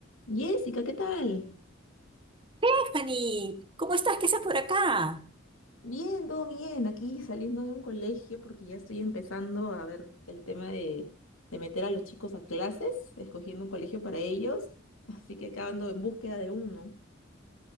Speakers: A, on the left; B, on the right.
A: Jessica, ¿qué tal?
B: Stephanie, ¿cómo estás? ¿Qué haces por acá?
A: Bien, todo bien. Aquí saliendo de un colegio porque ya estoy empezando a ver el tema de, de meter a los chicos a clases, escogiendo un colegio para ellos. Así que acabando en búsqueda de uno.